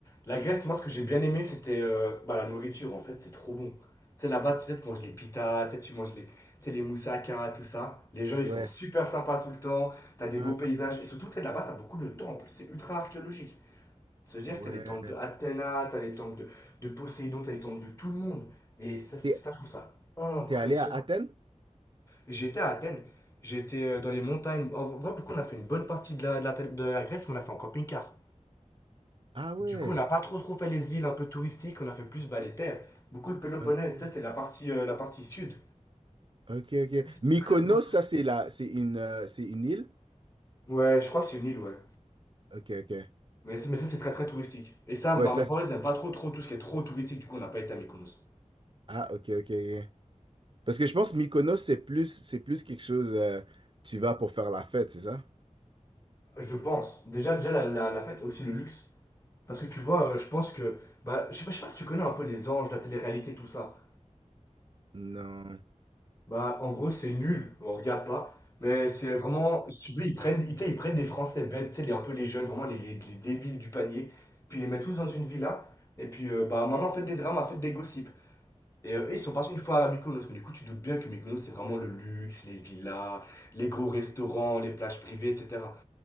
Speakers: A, on the left; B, on the right.
A: La Grèce, moi, ce que j'ai
B: Mhm.
A: bien aimé, c'était euh, bah, la nourriture, en fait, c'est trop bon. Tu sais, là-bas, tu sais, tu manges les pitas, tu sais, tu manges les, tu sais, les moussaka, tout ça. Les gens, ils
B: Ouais.
A: sont super sympas tout le temps, t'as des
B: Ah,
A: beaux paysages,
B: cool.
A: et surtout, tu sais, là-bas, t'as beaucoup de temples, c'est ultra archéologique. C'est-à-dire
B: Ouais.
A: que tu as les temples de Athéna, tu as les temples de, de Poséidon, tu as les temples de tout le monde. Et ça, c'est-
B: T'es,
A: ça, je trouve ça impressionnant.
B: t'es allé à Athènes?
A: J'étais à Athènes, j'étais euh, dans les montagnes. En vrai, beaucoup, on a fait une bonne partie de la, de la, de la Grèce, mais on l'a fait en camping-car.
B: Ah ouais.
A: Du coup, on n'a pas trop, trop fait les îles un peu touristiques, on a fait plus bah, les terres. Beaucoup le Péloponnèse,
B: Ok.
A: ça, c'est la partie, euh, la partie sud.
B: Ok, ok.
A: Ça, C'était
B: Mykonos,
A: très, très intéressant.
B: ça, c'est la, c'est une, euh, c'est une île?
A: Ouais, je crois que c'est une île, ouais.
B: Ok, ok.
A: Mais, mais ça, c'est très très touristique. Et ça,
B: Ouais,
A: bah,
B: ça,
A: mes parents,
B: c'est...
A: ils aiment pas trop trop tout ce qui est trop touristique, du coup, on n'a pas été à Mykonos.
B: Ah, ok, ok, ok. Parce que je pense Mykonos, c'est plus, c'est plus quelque chose, euh, tu vas pour faire la fête, c'est ça?
A: Je pense. Déjà, déjà la, la, la fête, aussi le luxe. Parce que tu vois, euh, je pense que. Bah, je sais, pas, je sais pas si tu connais un peu les anges, la télé-réalité, tout ça.
B: Non.
A: Bah, en gros, c'est nul, on regarde pas. Mais c'est vraiment. Si tu veux, ils prennent, ils, tu sais, ils prennent des Français bêtes, tu sais, les- un peu les jeunes, vraiment les, les, les débiles du panier. Puis ils les mettent tous dans une villa. Et puis, euh, bah, maintenant, faites des dramas, faites des gossips. Et euh, ils sont partis une fois à Mykonos. Mais du coup, tu doutes bien que Mykonos, c'est vraiment le luxe, les villas, les gros restaurants, les plages privées, etc.